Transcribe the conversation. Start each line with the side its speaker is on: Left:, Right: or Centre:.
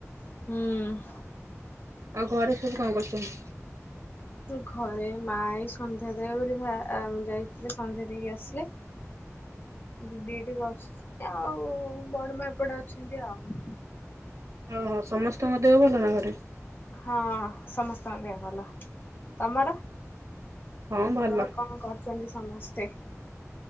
Left: ହୁଁ।
Right: ଆଉ ଘରେ ସବୁ କଣ କରୁଛନ୍ତି?
Left: ଘରେ ମା ଏଇ ସନ୍ଧ୍ୟା ଦେବେ ବୋଲି ଭାଆ ଯାଇଥିଲେ ସନ୍ଧ୍ୟା ଦେଇକି ଆସିଲେ।
Right: <inaudible>
Left: ଦିଦି ଏଇଠି ବସି ଚନ୍ତି ଆଉ ବଡ ମା ଏପଟେ ଅଛନ୍ତି ଆଉ।
Right: ଓହୋ ସମସ୍ତଙ୍କ ଦେହ ଭଲ ନା ଘରେ?
Left: ହଁ ସମସ୍ତଙ୍କ ଦେହ ଭଲ ତମର?
Right: ହଁ ଭଲ।
Left: ତମର କଣ କରୁଛନ୍ତି ସମସ୍ତେ?